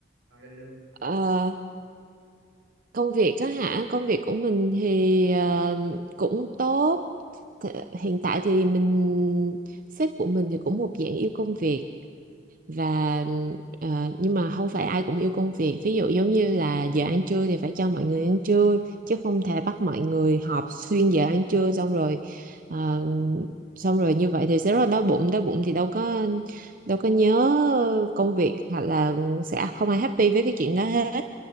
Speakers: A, on the right (about 85°); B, on the right (about 45°).
A: nào lên lương
B: ờ, công việc á hả công việc của mình thì ờ, cũng tốt Th- hiện tại thì mình sếp của mình thì cũng một dạng yêu công việc và ờ, nhưng mà không phải ai cũng yêu công việc ví dụ giống như là giờ ăn trưa thì phải cho mọi người ăn trưa chứ không thể bắt mọi người họp xuyên giờ ăn trưa xong rồi ờ, xong rồi như vậy thì sẽ rất là đói bụng đói bụng thì đâu có đâu có nhớ công việc hoặc là sẽ không ai happy với cái chuyện đó hết